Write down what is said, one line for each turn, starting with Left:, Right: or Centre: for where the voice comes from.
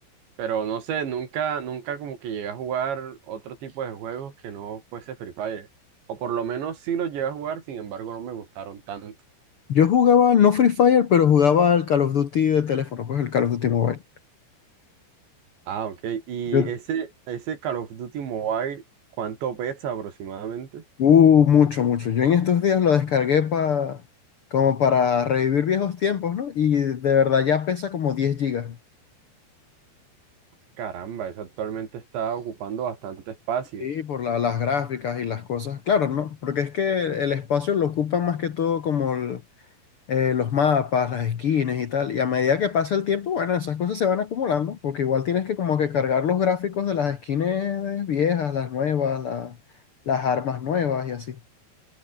Right: pero no sé, nunca, nunca como que llegué a jugar otro tipo de juegos que no fuese Free Fire. O por lo menos sí lo llegué a jugar, sin embargo no me gustaron tanto.
Left: Yo jugaba, no Free Fire, pero jugaba al Call of Duty de teléfono, pues el Call of Duty Mobile.
Right: Ah, ok. ¿Y
Left: Yo,
Right: ese, ese Call of Duty Mobile, cuánto pesa aproximadamente?
Left: uh, mucho, mucho. Yo en estos días lo descargué pa- como para revivir viejos tiempos, ¿no? Y de verdad ya pesa como 10 gigas.
Right: Caramba, eso actualmente está ocupando bastante espacio.
Left: Sí, por la- las gráficas y las cosas. Claro, ¿no? Porque es que el espacio lo ocupan más que todo como el- eh, los mapas, las esquinas y tal. Y a medida que pasa el tiempo, bueno, esas cosas se van acumulando, porque igual tienes que como que cargar los gráficos de las esquinas viejas, las nuevas, la- las armas nuevas y así.